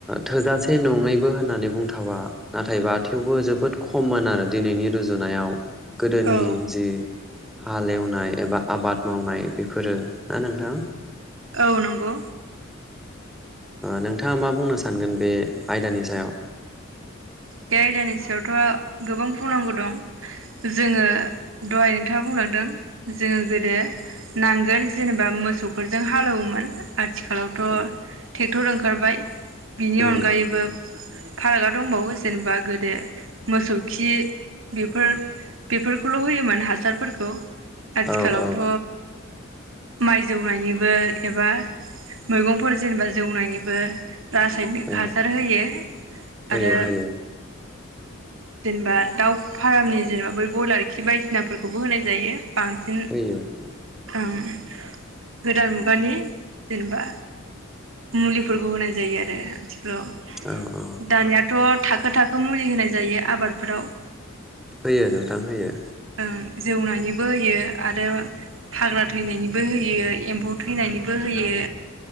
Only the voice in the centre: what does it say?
थोजासे नङैबो होननानै बुंथावा नाथायबा थेवबो जोबोद खममोन आरो दिनैनि रुजुनायाव। गोदोनि
जि। हाएवनाय एबा आबाद मावनाय बेफोरो ना नोंथां।
नोंथाङा मा बुंनो सानगोन बे आयदानि सायाव?
औ
उम
औ औ
औ
होयो
होयो
होयो होयो
औ औ
होयो नोंथां होयो।